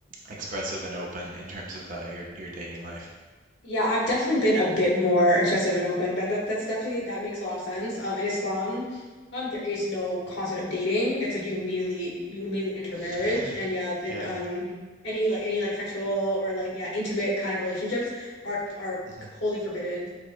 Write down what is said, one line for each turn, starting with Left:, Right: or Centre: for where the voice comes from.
Right: expressive and open in terms of uh, your your dating life.
Left: Yeah, I've definitely been a bit more excessive and open. That, that that's definitely that makes a lot of sense. Um, in Islam, um, there is no concept of dating. It's like you immediately you immediately enter
Right: Mm.
Left: marriage, and yeah, then
Right: <laughs> Yeah.
Left: um, any like any like sexual or like yeah intimate kind of relationships are are
Right: hmm
Left: wholly forbidden.